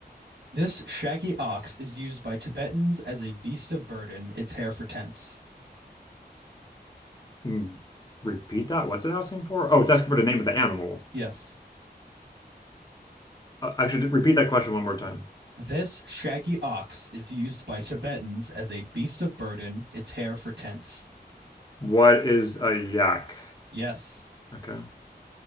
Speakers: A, on the right; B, on the left.
A: This shaggy ox is used by Tibetans as a beast of burden, its hair for tents.
B: Hmm, Repeat that. What's it asking for? Oh, it's asking for the name of the animal.
A: Yes.
B: Uh, actually, repeat that question one more time.
A: This shaggy ox is used by Tibetans as a beast of burden, its hair for tents.
B: What is a yak?
A: Yes.
B: Okay.